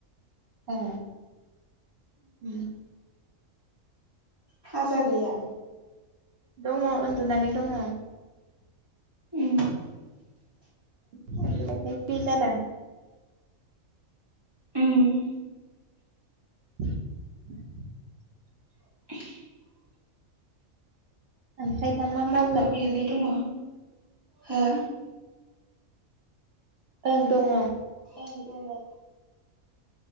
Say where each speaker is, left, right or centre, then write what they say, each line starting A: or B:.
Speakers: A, on the right; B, on the right.
A: औ उ।
B: फाजा गैया।
A: दङ उन्दुनानै दङ
B: उ
A: <unintelligible>
B: उम
A: <unintelligible>
B: <unintelligible>
A: ओमफ्राय दा मा मावगोन
B: आबौ आबैयालाय दङ हो
A: ओं दङ
B: ओम